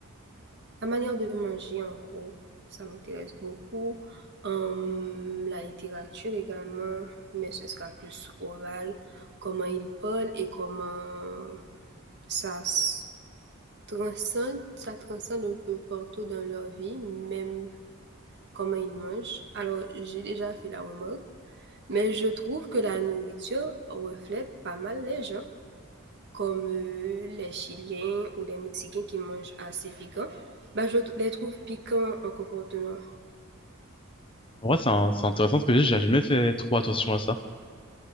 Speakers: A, on the right (about 50°); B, on the left (about 25°).
A: la manière de manger en gros. Ça m'intéresse beaucoup. Hum, la littérature également, mais ce sera plus oral. Comment ils parlent et comment ça se Transcende, ça transcende un peu partout dans leur vie, même comment ils mangent. Alors, j'ai déjà fait la remarque, mais je trouve que la nourriture reflète pas mal les gens, comme euh, les Chiliens ou les Mexicains qui mangent assez piquant. Bah, je t- les trouve piquants en comportement.
B: En vrai, c'est un- c'est intéressant ce que j'ai, j'ai jamais fait trop attention à ça.